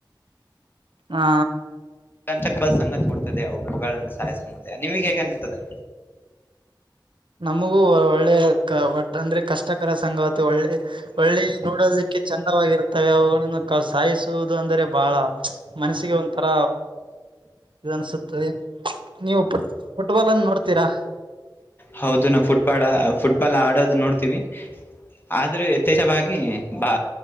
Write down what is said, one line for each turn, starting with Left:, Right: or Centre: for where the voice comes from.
Right: ಆ ಆ
Left: ಸಂಚಕರ ಸಂಗತಿ ಮುಡ್ತದೆ ಅವು ಹೂಗಳನ್ನು ಸಾಯಸ ಮುಂದೆ ನಿಮಗೆ ಹೇಗೆ ಅನಿಸತದೆ.
Right: ನಮಗೂ ಒಳ್ಳೆ ಕ ವಟ್ಟ ಅಂದ್ರೆ ಕಷ್ಟಕರ ಸಂಗಾತಿ ಒಳ್ಳೆ. ಒಳ್ಳೆ ನೋಡೋದಿಕ್ಕೆ ಚಂದವಾಗಿರು ತ್ತವೆ ಅವುಗಳನ್ನು ಕ ಸಾಯಿಸುವುದು ಅಂದರೆ ಬಹಳ ಪ್ಚ್ ಮನಸ್ಸಿಗೆ ಒಂಥರ. ಇದು ಅನ್ಸುತ್ತದೆ ನೀವು ಪುಟ್ ಫುಟ್ಬಾಲ್ ಅನ್ನು ನೋಡ್ತೀರಾ.
Left: ಹೌದು ನಾವು ಫುಟ್ಬಾಡ ಫುಟ್ಬಾಲ್ ಆಡೋದು ನೋಡ್ತೀವಿ. ಆದ್ರೂ ಯಥೇಚ್ವಾಗಿ ಬಾ.